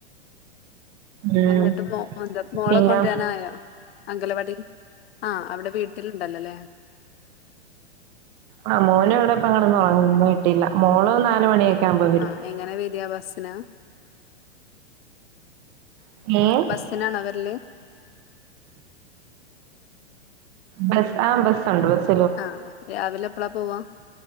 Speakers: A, on the right (about 40°); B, on the left (about 65°).
A: ഉം
B: എന്നിട്ട് മോ എന്താ മോളെ
A: പിന്നെ
B: കൊണ്ടുവരാനായോ അംഗലവാടി ആഹ് അവിടെ വീട്ടിലുണ്ടല്ലോ അല്ലേ
A: ആ മോനും ഇവിടെ ഇപ്പ കെടന്ന് ഒറങ്ങന്നുന്നു ഇന്ന് വിട്ടില്ല മോള് നാല് മണിയൊക്കെ ആവുമ്പ വരും
B: ആഹ് എങ്ങനെ വരിക ബസ്സിനാ
A: <inaudible>
B: ബസ്സിനാണൊ വരല്
A: ബസ് ആഹ് ബസുണ്ട് ബസ്
B: ആഹാ രാവിലെ എപ്പളാ പോവാ